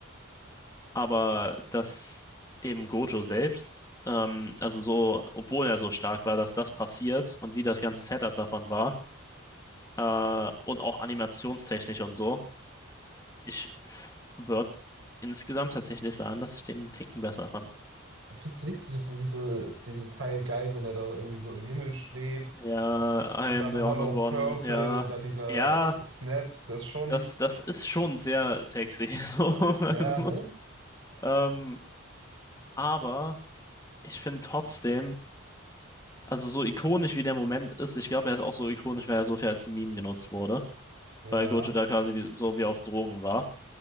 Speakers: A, on the left; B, on the right.
A: Aber dass eben Gojo selbst, ähm, also so, obwohl er so stark war, dass das passiert und wie das ganze Setup davon war, äh, und auch animationstechnisch und so, ich würde insgesamt tatsächlich sagen, dass ich den einen Ticken besser fand.
B: findest du nicht diese, diese, diesen Teil geil, wenn er da irgendwie so im Himmel schwebt
A: Ja, I
B: und
A: am
B: dann
A: the
B: Hollow
A: Honored One,
B: Purple
A: ja.
B: und dann dieser
A: Ja,
B: Snap, das schon,
A: das, das ist schon sehr sexy. <laughs> So, also.
B: ja, ne?
A: Ähm, aber ich finde trotzdem, also so ikonisch wie der Moment ist, ich glaube, er ist auch so ikonisch, weil er so viel als Meme genutzt wurde,
B: Ja,
A: weil Gojo da quasi wie, so wie auf Drogen war.